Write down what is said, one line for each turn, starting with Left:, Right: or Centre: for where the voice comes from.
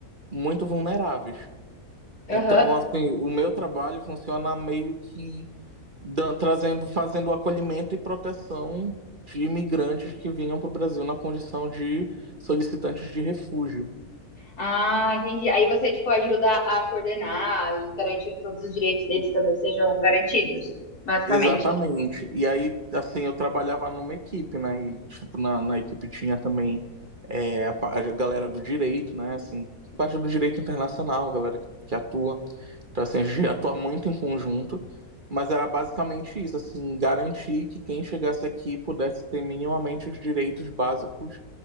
Right: muito vulneráveis.
Left: aham.
Right: Então, assim, o meu trabalho funciona meio que dan- trazendo, fazendo o acolhimento e proteção de imigrantes que vinham para o Brasil na condição de solicitantes de refúgio.
Left: Ah, entendi. Aí você tipo ajuda a coordenar e garantir que todos os direitos deles também sejam garantidos, basicamente.
Right: Exatamente. E aí, assim, eu trabalhava numa equipe, né? E, tipo, na, na equipe tinha também é, a, pa- a galera do direito, né? Assim, parte do direito internacional, galera que, que atua. Então, assim, a gente atua <laughs> muito em conjunto, mas era basicamente isso, assim, garantir que quem chegasse aqui pudesse ter minimamente os direitos básicos